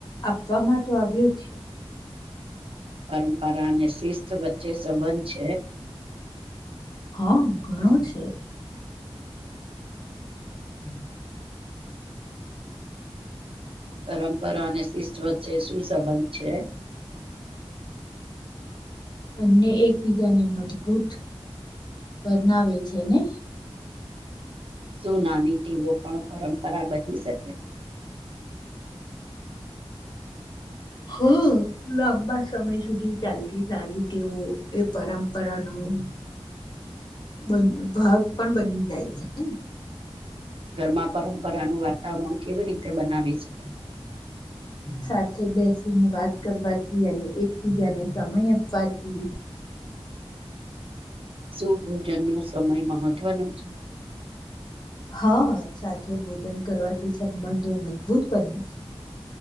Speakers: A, on the left; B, on the right.
A: આપવાવામાં તો આવ્યો છે
B: પરંપરાને શિસ્ત વચ્ચે સંબંધ છે
A: હા ઘણો છે હમ્મ
B: પરંપરા અને શિસ્ત વચ્ચે સુું સંંબંધ છે
A: બંને એકબીજાને મજબૂત બનાવે છે ને
B: શું નાની ટીવો પણ પરંપરા બની શકે
A: હ લાંબા સમય સુધી ચાલતી સારી ટેવ એ પરંપરા ન ઓમ. બન ભાગ પણ બની જાય છે ને.
B: ઘરમાં પરંપરાનું વાતાવરણ કેવી રીતે બનાવી શકાય?
A: સાથે બેસીને વાત કરવાથી અને એકબીજાને સમય આપવાથી.
B: શું ભોજનનો સમય મહત્વનો છે?
A: હા સાથે ભોજન કરવાથી સંબંધો મજબૂત બને છે.